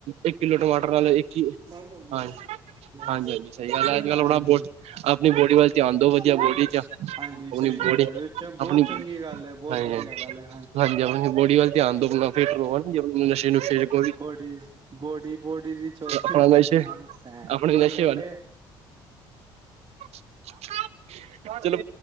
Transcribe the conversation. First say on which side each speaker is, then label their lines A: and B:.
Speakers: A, on the right (about 65°); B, on the right (about 35°).
A: ਇੱਕ ਕਿੱਲੋ ਟਮਾਟਰ ਨਾਲੋਂ ਇੱਕ ਈ
B: ਬੰਦ ਹੋ ਗਿਆ
A: ਹਾਂਜੀ
B: ਕਿੰਨੇ
A: ਹਾਂਜੀ ਹਾਂਜੀ। ਸਹੀ ਗਲ ਆ
B: ਮਿੰਟ
A: ਅੱਜਕਲ
B: ਹੋਗੇ
A: ਬੜਾ ਬੋ ਅਪਣੀ ਬੋਡੀ ਵੱਲ ਧਿਆਨ ਦੋ ਵਧੀਆ
B: ਹੈਲੋ
A: ਬੋਡੀ ਚ ਅਪਣੀ
B: ਹਾਂਜੀ ਸਹੀ
A: ਬੋਡੀ
B: ਗੱਲ ਹੈ ਵਿੱਚ ਬਹੁਤ
A: ਅਪਣੀ
B: ਚੰਗੀ ਗੱਲ ਹੈ ਬਹੁਤ
A: ਹਾਂਜੀ-ਹਾਂਜੀ,
B: ਵਧੀਆ ਗੱਲ ਹੈ
A: ਹਾਂਜੀ ਅਪਣੀ ਬੋਡੀ ਵੱਲ ਧਿਆਨ ਦੋ ਅਪਣਾ ਫਿਟ ਰੋ ਹੈਣਾ ਜੀ ਅਪਣਾ ਨਸ਼ੇ-ਨੁਸ਼ੇ <unintelligible>
B: ਕੋਡੀ ਬੋਡੀ ਬੋਡੀ ਦੀ ਚੋਦਨੀ
A: ਆਪਣਾ
B: ਚਾਹੀਦੀ
A: ਨਸ਼ੇ
B: ਹਾਂ ਭੈਣ
A: ਆਪਣੇ
B: ਕੇ
A: ਨਸ਼ੇ
B: ਲੋੜੇ।
A: ਵੱਲ
B: <inaudible>
A: <inaudible> ਚਲੋ